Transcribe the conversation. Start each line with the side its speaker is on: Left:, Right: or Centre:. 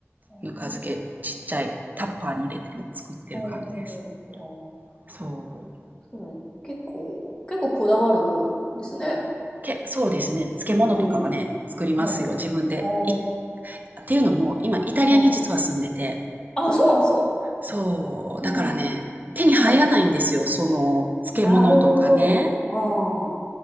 Left: お
Right: う。ぬか漬け、ちっちゃいタッパーに入れて作ってる感じです。
Left: ー、おー、
Right: そう。
Left: そう、結構、結構こだわるですね。
Right: け、そうですね。漬物とかはね、
Left: うん。
Right: 作りますよ、
Left: おー、
Right: 自分で。
Left: おー、
Right: い、っていうのも、今、イタリアに実は住んでて、
Left: うん。あ、そうなんですか
Right: そう、
Left: おう
Right: だからね、手に入らないんですよ、
Left: おう
Right: その、漬物とかね。
Left: なるほど。ああ、